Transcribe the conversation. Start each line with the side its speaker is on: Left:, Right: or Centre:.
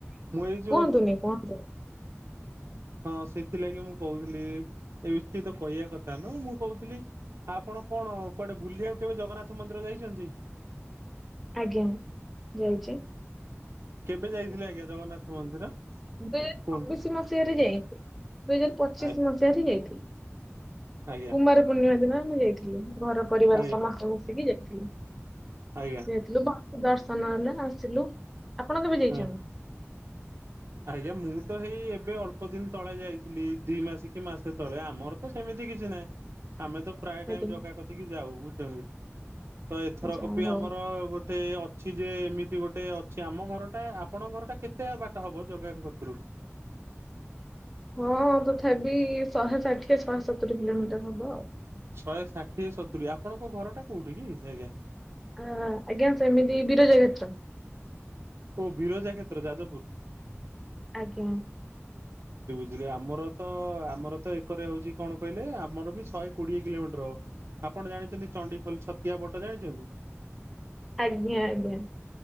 Right: ମୁଁ ଏଇ
Centre: କୁହନ୍ତୁନି
Right: ଯୋଉ
Centre: କୁହନ୍ତୁ
Right: ହଁ ସେଥିଲାଗି ମୁଁ କହୁଥିଲି ଏସ୍ଟି ତ କହିବା କଥା ନୁହଁ ମୁଁ କହୁଥିଲି। ଆପଣ କଣ କୁଆଡେ ବୁଲିବାକୁ କେବେ ଜଗନ୍ନାଥ ମନ୍ଦିର ଯାଇଛନ୍ତି?
Centre: ଆଜ୍ଞା ଯାଇଚି।
Right: କେବେ ଯାଇଥିଲେ ଆଜ୍ଞା ଜଗନ୍ନାଥ ମନ୍ଦିର?
Centre: ଦୁଇ ହଜାର
Right: କୁହନ୍ତୁ
Centre: ଚବିଶି ମସିହାରେ ଯାଇଥିଲି ଦୁଇ ହଜାର ପଚିଶ
Right: ଆ
Centre: ମସିହାରେ ଯାଇଥିଲି।
Right: ଆଜ୍ଞା
Centre: କୁମାର ପୂର୍ଣ୍ଣିମା ଦିନ ଆମେ ଯାଇଥିଲୁ ଘର ପରିବାର
Right: ଆଜ୍ଞା
Centre: ସମସ୍ତେ ମିଶିକି ଯାଇଥିଲୁ।
Right: ଆଜ୍ଞା
Centre: ଯାଇଥିଲୁ ବାକୁ ଦର୍ଶନ ହେଲେ ଆସିଲୁ ଆପଣ କେବେ ଯାଇଛନ୍ତି
Right: ହଁ। ଆଜ୍ଞା ମୁଁ ତ ହେଇ ଏବେ ଅଳ୍ପ ଦିନ ତଳେ ଯାଇଥିଲି ଦି ମାସ କି ମାସେ ତଳେ ଆମର ତ ସେମିତି ମିତି କିଛି ନାଇଁ ଆମେ ତ ପ୍ରାୟ ଟାଇମ
Centre: ଆଜ୍ଞା।
Right: ଜଗା କତିକି ଯାଉ ବୁଝୁଚନ୍ତି। ତ ଏଥରକ
Centre: ଯା
Right: ବି
Centre: ହଉ
Right: ଆମର ଗୋଟେ ଅଛି ଯେ ଏମିତି ଗୋଟେ ଅଛି ଆମ ଘରଟା ଆପଣ ଘରଟା କେତେ ବାଟ ଟା ହବ ଜଗାଙ୍କ କତିରୁ।
Centre: ହଁ ତଥାପି ଶହେ ଷାଠିଏ ଶହେ ସତୁରି କିଲୋମିଟର ହବ ଆଉ।
Right: ଶହେ ଷାଠିଏ ସତୁୁରି ଆପଣଙ୍କ ଘର ଟା କୋଉଠି କି ଆଜ୍ଞା?
Centre: ହ ଆଜ୍ଞା ସେମିତି ବିରଜା କ୍ଷେତ୍ର।
Right: ଓ ବିରଜା କ୍ଷେତ୍ର ଯାଜପୁର।
Centre: ଆଜ୍ଞା।
Right: ବୁଝିଲେ ଆମର ତ ଆମର ତ ଏକରେ ହଉଚି କଣ କହିଲେ ଆମର ବି ଶହେ କୋଡିଏ କିଲୋମିଟର। ଆପଣ ଜାଣିଚନ୍ତି ଚଣ୍ଡିଖୋଲ ଛତିଆ ଭଟ ଜାଣିଛନ୍ତି?
Centre: ଆଜ୍ଞା ଆଜ୍ଞା।